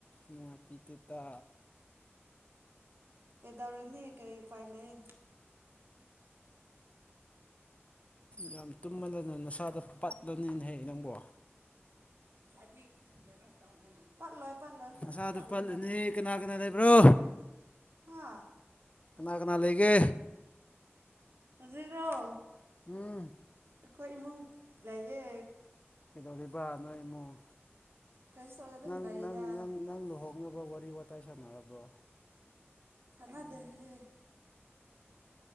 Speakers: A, on the left (about 30°); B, on the right (about 65°).
A: ꯅꯨꯡꯉꯥꯏꯄꯤꯗꯦꯗ
B: ꯀꯩꯗꯧꯔꯨꯅꯤ ꯀꯔꯤ ꯎꯄꯥꯏ ꯂꯩ
A: ꯌꯥꯝ ꯇꯨꯝꯃꯗꯅ ꯅꯁꯥꯗꯣ ꯄꯠꯂꯅꯤꯅꯦꯍꯦ ꯅꯪꯕꯣ
B: ꯍꯥꯏꯕꯤꯌꯣ ꯇꯥꯁꯤ ꯄꯠꯂꯣꯏ ꯄꯠꯂꯣꯏ
A: ꯅꯁꯥꯗꯨ
B: ꯀꯔꯤꯝꯇ
A: ꯄꯠꯂꯅꯤ ꯀꯅꯥ ꯀꯅꯥ ꯂꯩꯕ꯭ꯔꯣ
B: ꯍꯥ
A: ꯀꯅꯥ ꯀꯅꯥ ꯂꯩꯒꯦ
B: ꯍꯧꯖꯤꯛꯂꯣ
A: ꯎꯝ
B: ꯑꯩꯈꯣꯏ ꯏꯃꯨꯡ ꯂꯩꯌꯦ
A: ꯀꯩꯗꯧꯔꯤꯕ ꯅꯣꯏ ꯏꯃꯨꯡ
B: ꯀꯔꯤꯁꯨ ꯇꯧꯗꯦ ꯑꯗꯨꯝ
A: ꯅꯪ
B: ꯂꯩꯌꯦꯗ
A: ꯅꯪ ꯅꯪ ꯅꯪ ꯂꯨꯍ ꯍꯣꯡꯅꯕ ꯋꯥꯔꯤ ꯋꯥꯇꯥꯏ ꯁꯥꯟꯅꯔꯕ꯭ꯔꯣ
B: ꯁꯥꯟꯅꯗꯦꯍꯦ